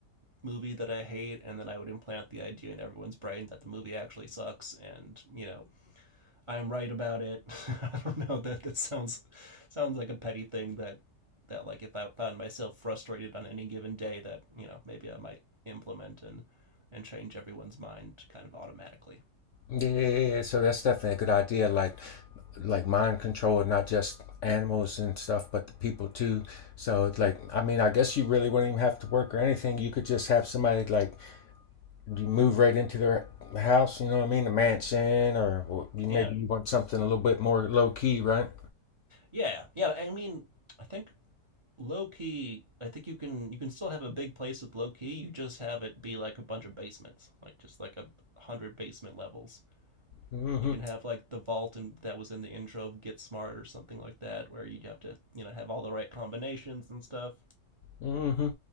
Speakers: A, on the right; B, on the left.
A: movie that I hate, and then I would implant the idea in everyone's brain that the movie actually sucks, and you know, I'm right about it. <laughs> I don't know. That that sounds sounds like a petty thing that that like if I found myself frustrated on any given day, that you know maybe I might implement and and change everyone's mind kind of automatically.
B: yeah, yeah, yeah. yeah, So that's definitely a good idea. Like, like mind control, not just animals and stuff, but the people too. So it's like, I mean, I guess you really wouldn't even have to work or anything. You could just have somebody like you move right into their house. You know what I mean? The mansion, or or you maybe
A: Yeah,
B: you want something a little bit more low key, right?
A: Yeah, yeah. I mean, I think low key. I think you can you can still have a big place with low key. You just have it be like a bunch of basements, like just like a hundred basement levels.
B: Mm-hmm.
A: And you can have like the vault and that was in the intro of Get Smart or something like that, where you have to you know have all the right combinations and stuff.
B: hmm